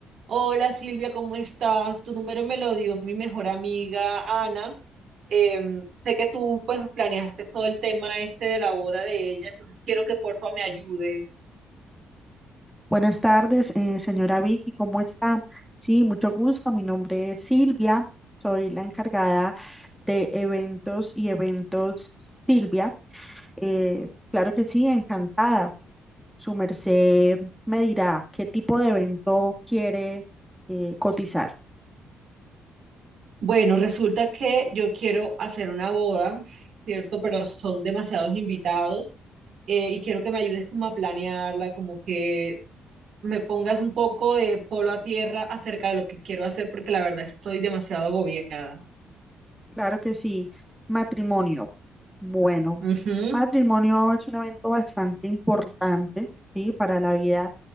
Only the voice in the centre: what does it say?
Buenas tardes, eh, señora Vicky, ¿cómo está? Sí, mucho gusto. Mi nombre es Silvia, soy la encargada de eventos y eventos Silvia. Eh, claro que sí, encantada. Su merced me dirá qué tipo de evento quiere eh, cotizar.
Claro que sí. Matrimonio. Bueno,
matrimonio es un evento bastante importante, ¿sí? Para la vida